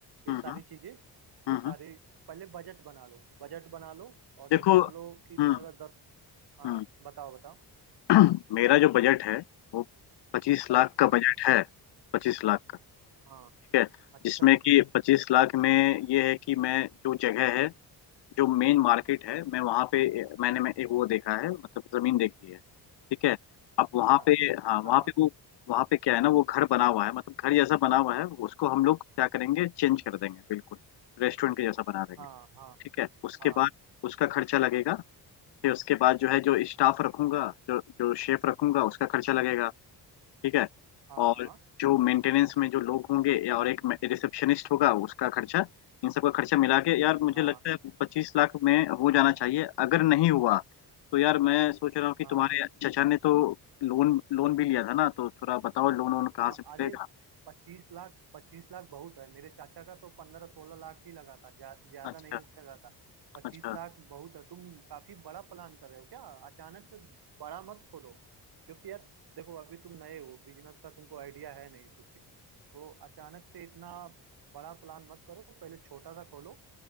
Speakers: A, on the right; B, on the left.
A: ये
B: हम्म
A: सारी चीजें वो
B: हम्म
A: सारी पहले बजट बना लो बजट बना लो और
B: देखो
A: जैसे मान लो कि
B: हम्म
A: तुम्हारे पास दस हाँ
B: हम्म
A: बताओ बताओ
B: <clears throat> मेरा जो बजट है वो पच्चीस लाख
A: हाँ
B: का बजट है पच्चीस लाख का
A: हाँ
B: ठीक है
A: अच्छा
B: जिसमें कि पच्चीस लाख में ये है कि मैं जो जगह है जो मेन मार्केट है मैं वहाँ पे मैंने मैं एक वो देखा है मतलब जमीन देखी है ठीक है अब
A: अच्छा
B: वहाँ पे हाँ वहाँ
A: हाँ
B: पे वो वहाँ पे क्या है ना वो घर बना हुआ है मतलब घर जैसा बना हुआ है उसको हम लोग क्या करेंगे चेंज कर देंगे बिल्कुल रेस्टोरेंट के जैसा बना देंगे
A: हाँ हाँ
B: ठीक है उसके
A: हाँ
B: बाद उसका खर्चा लगेगा फिर उसके बाद जो है जो स्टाफ रखूंगा जो जो शेफ रखूंगा उसका खर्चा लगेगा ठीक है
A: हाँ
B: और जो मेंटेनेंस में जो लोग होंगे या और एक रिसेप्शनिस्ट होगा उसका खर्चा इन सब का खर्चा मिला के यार मुझे
A: हाँ
B: लगता है पच्चीस लाख में हो जाना चाहिए अगर नहीं हुआ तो यार मैं सोच रहा हूँ कि
A: हाँ
B: तुम्हारे चचा ने तो लोन लोन भी लिया था ना तो थोड़ा बताओ लोन वोन कहाँ
A: हाँ
B: से मिलेगा
A: अरे पच्चीस लाख पच्चीस लाख बहुत है मेरे चाचा का तो पंद्रह सोलह लाख ही लगा था ज्या- ज्यादा
B: अच्छा
A: नहीं लगा था पच्चीस
B: अच्छा
A: लाख बहुत है तुम काफी बड़ा प्लान कर रहे हो क्या अचानक से बड़ा मत खोलो क्योंकि यार देखो अभी तुम नए हो बिजनेस का तुमको आइडिया है नहीं चूंकि तो अचानक से इतना बड़ा प्लान मत करो पहले छोटा सा खोलो